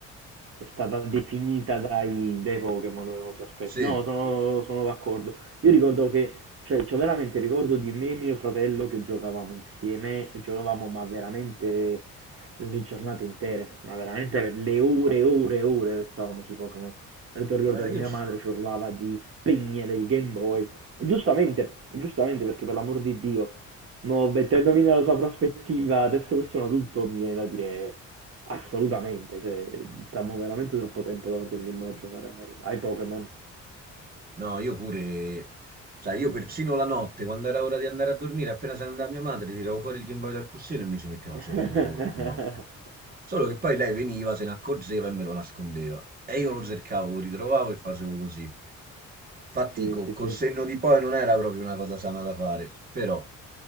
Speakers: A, on the right; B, on the right.
A: È stata definita dai dai Pokémon per molti aspetti.
B: Sì,
A: No, sono sono d'accordo. Io ricordo che cioè, c'ho veramente il ricordo di me e mio fratello che giocavamo insieme, e giocavamo ma veramente le giornate intere, ma veramente le ore e ore e ore restavamo sui Pokémon. Addirittura ricordo
B: ma
A: che
B: io
A: mia
B: ci-
A: madre ci urlava di spegnere il Game Boy. Giustamente, giustamente perché per l'amor di Dio, mo mettendomi nella sua prospettiva, adesso che sono adulto mi viene da dire Assolutamente, cioè, stiamo veramente troppo tempo davanti al Game Boy a giocare ai, ai Pokémon.
B: No, io pure, sai, io persino la notte, quando era ora di andare a dormire, appena se ne andava mia madre, tiravo fuori il Game Boy dal cuscino e mi ci mettevo
A: <laughs>
B: a giocare le ore di notte. Solo che poi lei veniva, se ne accorgeva e me lo nascondeva. E io lo cercavo, lo ritrovavo e facevo così. Infatti,
A: Sì,
B: co-
A: sì,
B: col
A: sì.
B: senno di poi non era proprio una cosa sana da fare, però è